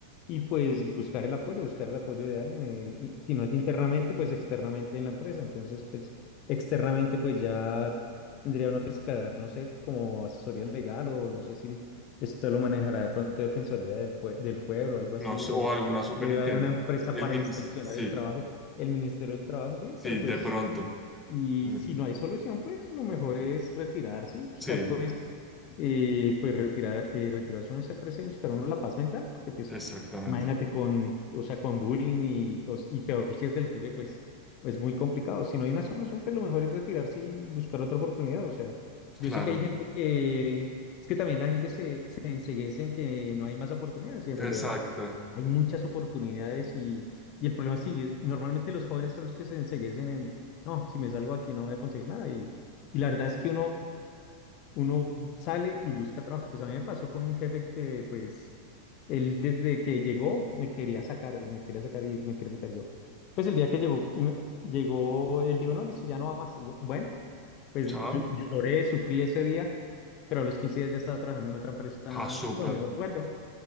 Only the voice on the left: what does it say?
y pues buscar el apoyo, buscar el apoyo de alguien. eh, y si no es internamente, pues externamente en la empresa. Entonces, pues externamente, pues ya tendría uno que escalar, no sé, como asesoría legal o no sé si esto lo manejará de pronto Defensoría del, Pue- del Pueblo, algo así,
o
debe haber una empresa
para
inspeccionar
el trabajo, el Ministerio del Trabajo, sí,
pero pues...
Y
si no hay solución, pues lo mejor es retirarse y buscar
pues eh, pues retirar, eh, retirarse uno de esa presa y buscar uno la paz mental, porque pues
imagínate con, o sea, con bullying y, o s- y peor si es del jefe, pues es muy complicado. Si no hay una solución, pues lo mejor es retirarse y buscar otra oportunidad. O sea, yo
sé que hay gente que, es que también la gente se, se enceguece en que no hay más oportunidades y en
realidad hay muchas oportunidades y, y el problema sigue. Normalmente los jóvenes son los que se enceguecen en, no, si me salgo aquí no voy a conseguir nada y... Y la verdad es que uno uno sale y busca trabajo. Pues a mí me pasó con un jefe que, pues, él desde que llegó me quería sacar y me quería sacar y me quería sacar yo. Pues el día que llegó, y me- llegó, él dijo, no, listo, ya no va más. Y yo, bueno, pues
yo lloré, sufrí ese día, pero a los 15 días ya estaba trabajando en otra empresa
con mejor sueldo.